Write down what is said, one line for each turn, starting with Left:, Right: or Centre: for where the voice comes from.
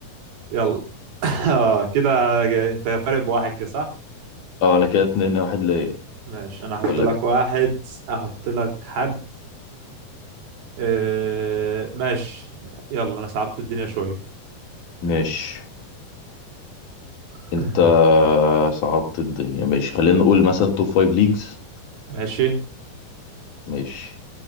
Right: يلا <laughs> اه كده جا- انت فارق بواحد كده صح
Left: اه انا كده اتنين واحد ليا
Right: ماشي انا هحط
Left: ولا
Right: لك
Left: ك...
Right: واحد احط لك حد آه ماشي يلا انا صعبت الدنيا شويه
Left: ماشي
Right: <laughs>
Left: انت صعبت الدنيا ماشي خلينا نقول مثلا توب فايف ليجز
Right: ماشي
Left: ماشي